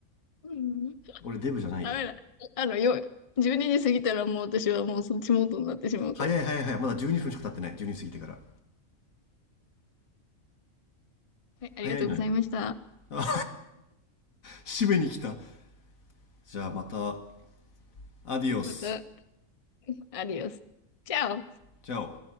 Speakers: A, on the left; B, on the left.
A: うん
B: 俺デブじゃないよ。
A: ダメだ。あの、よ、12時過ぎたらもう私はもうそっちモードになってしまうから。
B: 早い早い早い。まだ12分しか経ってない。12過ぎてから。
A: <laughs> はい、ありがとうございました。
B: 早いのよ。あ、締めに来た。じゃあまた、アディオス。
A: また、アディオス。チャオ
B: チャオ。